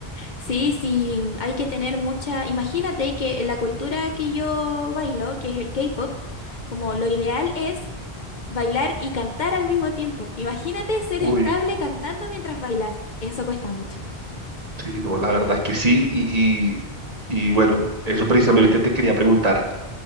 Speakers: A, on the left; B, on the right.
A: Sí, sí, hay que tener mucha... Imagínate que en la cultura que yo bailo, que es el K-pop, como lo ideal es bailar y cantar al mismo tiempo. Imagínate ser
B: Uy.
A: estable cantando mientras bailas. Eso cuesta mucho.
B: Sí, no, la verdad que sí. Y, y bueno, eso precisamente te quería preguntar,